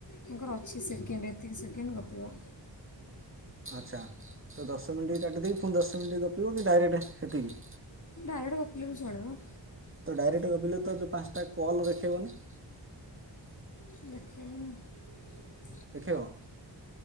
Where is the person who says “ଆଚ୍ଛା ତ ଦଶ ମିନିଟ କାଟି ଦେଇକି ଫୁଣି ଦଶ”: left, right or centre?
Right